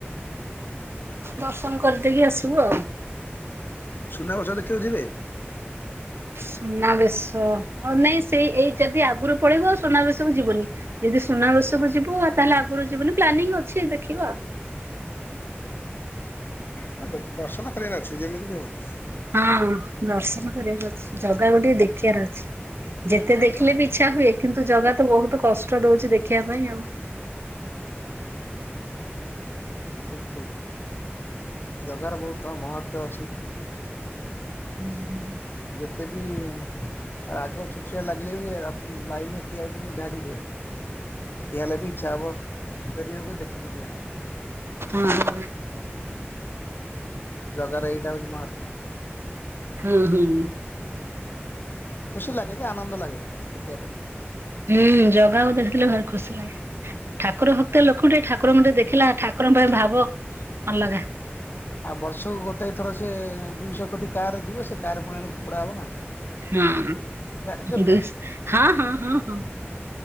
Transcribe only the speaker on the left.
ସୁନାବେଶ ଦେଖିଆକୁ ଯିବେ?
ହଁ ଦର୍ଶନ କରିବାରେ ଅଛି ଯେମିତି ବି ହଉ।
ଆଚ୍ଛା
ଠିକ୍ ଠିକ୍। ଜଗାର ବହୁତ ମହତ୍ତ୍ୱ ଅଛି।
ଯେତେ ବି ଆ ଆଗ <unintelligible> ଲାଗିଲେ ବି, ଲାଇନରେ ଠିଆ ହୋଇଥିଲୁ ଧାଡିରେ। ଠିଆ ହେଲେ ବି ଇଚ୍ଛା ହବ, ଡେରି ହଉ ପଛେ ଦେଖିକି ଯିବା।
ଜଗାର ଏଇଟା ହଉଛି ମହାତ୍ମ।
ଖୁସି ଲାଗେ ଯେ ଆନନ୍ଦ ଲାଗେ ଦେଖିଆ ପାଇଁ।
ଆଉ ବର୍ଷକୁ ଗୋଟା ଥର ସ ସେ ଦୁଇଶହ କୋଟି କାର ଯିବ ସେ କାର୍ ପୁଣି ଆଣି ଫୋପଡ଼ା ହେବ।
ଜାଣିଛନ୍ତି
ନା